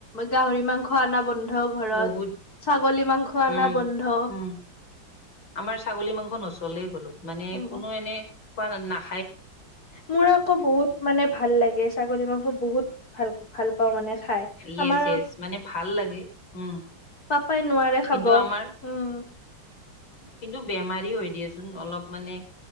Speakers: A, on the left; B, on the left.
A: গাহৰি মাংস অনা বন্ধ। ন্ধ ঘৰত
B: বহুত
A: ছাগলী মাংস অনা
B: উম
A: বন্ধ।
B: উম আমাৰ ছাগলী মাংস নচলেই ঘৰত, মানে
A: উম,
B: কোনো এনেই খোৱা ন নাখ।
A: মোৰ আকৌ বহুত মানে ভাল লাগে ছাগলী মাংস বহুত ভাল ভাল পাওঁ মানে খাই।
B: য়েছ
A: আমাৰ
B: য়েছ মানে ভাল লাগে উম।
A: পাপাই নোৱাৰে। খাব
B: কিন্তু আমাৰ-
A: উম
B: কিন্তু বেমাৰী হয় দিয়াচোন অলপ মানে,